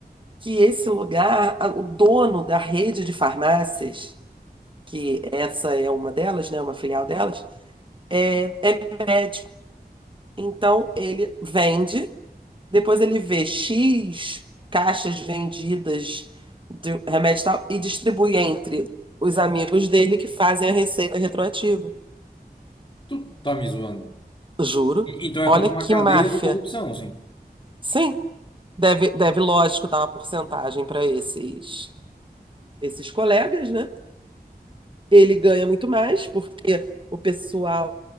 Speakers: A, on the right; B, on the left.
A: Que esse lugar, a- o dono da rede de farmácias, que essa é uma delas, né? Uma filial delas, é, é médico. Então ele vende, depois ele vê X caixas vendidas de remédio e tal e distribui entre os amigos dele que fazem a receita retroativa.
B: Tu tá me zoando.
A: Juro.
B: E- Então é
A: Olha
B: toda uma
A: que
B: cadeia
A: máfia.
B: de corrupção, assim.
A: Sim. Deve, deve, lógico, dar uma porcentagem para esses, esses colegas, né? Ele ganha muito mais, porque o pessoal